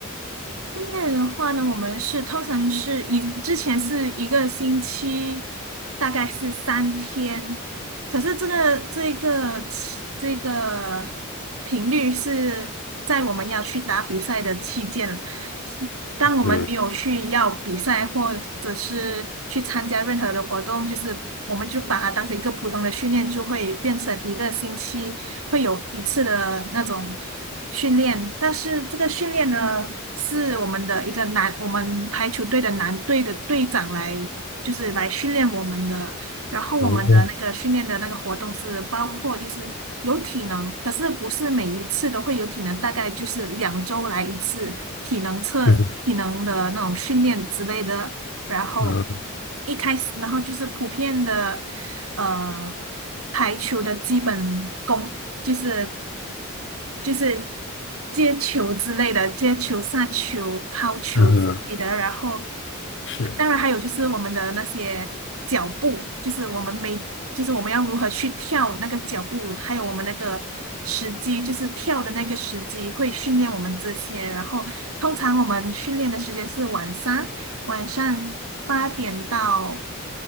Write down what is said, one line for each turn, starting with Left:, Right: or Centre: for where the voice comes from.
Right: 训练的话呢，我们是通常是以之前是一个星期，大概是三天，可是这个这个这个频率是在我们要去打比赛的期间，当我们没有去要比赛或者是去参加任何的活动，
Left: 嗯，
Right: 就是我们就把它当成一个普通的训练，就会变成一个星期。会有一次的那种训练，但是这个训练呢，是我们的一个男，我们排球队的男队的队长来，就是来训练我们的。然后我们的那个训练的那个活动是包括就是有体能，
Left: 哦，
Right: 可是不是每一次都会有体能，大概就是两周来一次体能测体能的那种训练之类的。
Left: 嗯
Right: 然后
Left: 嗯
Right: 一开始，然后就是普遍的呃排球的基本功，就是。就是接球之类的，接球、杀球、抛球之类的。
Left: 嗯，
Right: 然后，
Left: 是。
Right: 当然还有就是我们的那些脚步，就是我们每，就是我们要如何去跳那个脚步，还有我们那个时机，就是跳的那个时机会训练我们这些。然后，通常我们训练的时间是晚上，晚上八点到